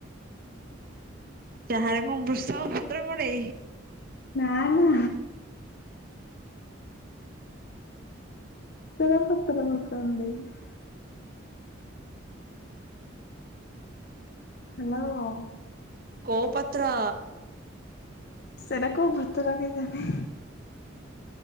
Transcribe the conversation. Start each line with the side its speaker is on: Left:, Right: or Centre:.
Right: ଚାହା ରେ କଣ ଭୃଷଙ୍ଗ ପତ୍ର ପଡ଼େ?
Left: ନା। ନା ପତର ପତ ମଖ ଦେଇ <unintelligible> ହ୍ୟାଲୋ।
Right: କୋଉ ପତ୍ର?
Left: ସେଇଟା କୋଉ ପତ୍ର କେ ଜାଣି?